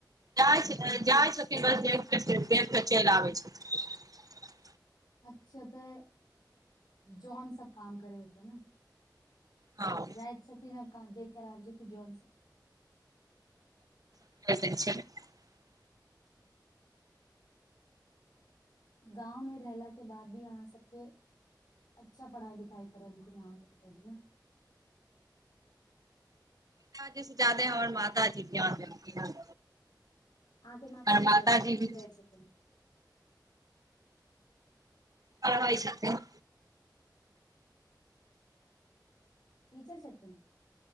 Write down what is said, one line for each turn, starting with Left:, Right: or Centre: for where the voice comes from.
Right: जाइ छै
Left: जब दूर
Right: जाइ छथिन बस देख के देख के चलि आबै छथिन <unintelligible>
Left: अच्छा तऽ जॉन सब काम करे होतै न
Right: हँ
Left: जाइत छथिन आर काम कराबै छथि जॉन स
Right: <unintelligible>
Left: गाँवमे रहला के बाद भी अहाँ सबके अच्छा पढ़ाइ लिखाई करलखुन अहाँके पिताजी न
Right: पिताजी से ज्यादे हमर मातजी ध्यान देलखिन हन
Left: अहाँ के माते
Right: हमर
Left: जी
Right: माताजी
Left: कर की
Right: भी
Left: रहै छथिन
Right: पढ़बै छथिन
Left: टीचर छथिन